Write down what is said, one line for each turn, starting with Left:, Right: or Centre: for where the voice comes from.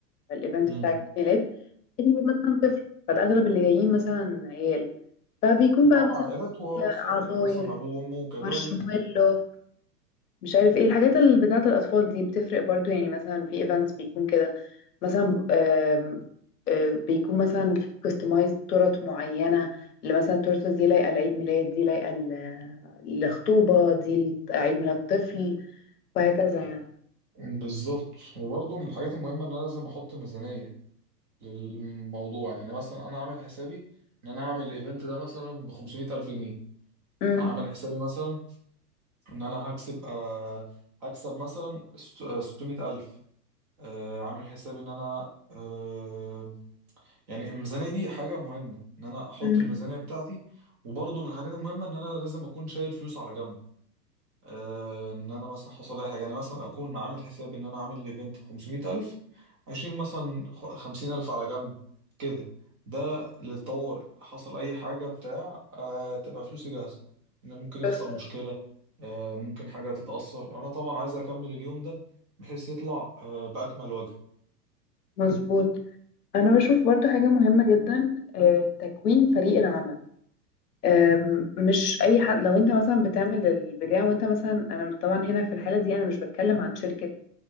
Left: الايفنت
Right: امم
Left: بتاع عيد ميلاد عيد ميلاد مثلا طفل فالاغلب اللي جايين مثلا عيال فبيكون بقى
Right: اه
Left: مثلا
Right: عائلات واطفال
Left: فيها عصاير
Right: يعني مثلا ابوه وامه وكده
Left: مارشميلو مش عارف ايه الحاجات اللي بتاعه الاطفال دي بتفرق برضو يعني مثلا في ايفنتس بيكون كده مثلا آم، آه، بيكون مثلا كاستمايز تورت معينه اللي مثلا التورته دي لايقه لعيد ميلاد دي لايقه ل- لخطوبه دي لعيد ميلاد طفل وهكذا يعني
Right: بالظبط وبرضه من الحاجات المهمة إن أنا لازم أحط ميزانية للموضوع يعني مثلا أنا عامل حسابي إن أنا هعمل الإيفنت ده مثلا بخمسمية ألف جنيه
Left: مم.
Right: عامل حسابي مثلا إن أنا هكسب آه هكسب مثلا ستمية ألف آه عامل حسابي إن أنا آه يعني الميزانية دي حاجة مهمة إن أنا أحط
Left: مم.
Right: الميزانية بتاعتي وبرضه من الحاجات المهمة إن أنا لازم أكون شايل فلوس على جنب آه، ان انا مثلا حصل لي حاجه يعني مثلا اكون عامل حساب ان انا عامل ايفنت ب 500000 اشيل مثلا خ- 50000 على جنب كده ده للطوارئ حصل اي حاجه بتاع آه تبقى فلوسي جاهزه ان ممكن يحصل
Left: بس
Right: مشكله آه ممكن حاجه تتاثر انا طبعا عايز اكمل اليوم ده بحيث يطلع آه باكمل وجه
Left: مظبوط انا بشوف برضو حاجة مهمة جدا آه، تكوين فريق العمل آم، مش اي حد لو انت مثلا بتعمل البتاع وانت مثلا انا طبعا هنا في الحالة دي انا مش بتكلم عن شركة